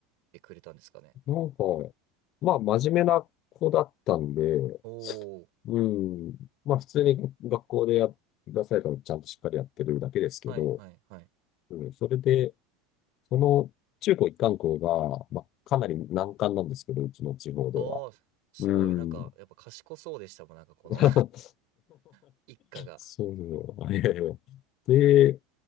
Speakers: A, on the right; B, on the left.
A: てくれたんですかね。
B: い、なんか、まあ、真面目な子だったんで、
A: おー。
B: うん、まあ、普通に学校でや出されたのちゃんとしっかりやってるだけですけど、
A: はいはいはい。
B: うん、それで、その中高一貫校が、まあ、かなり難関なんですけど、うちの地方では。
A: ああ、すごい。
B: うん。
A: なんか、やっぱ賢そうでしたもん。なんかこの
B: <laughs>
A: <laughs> 一家が。
B: そう、いやいや。で、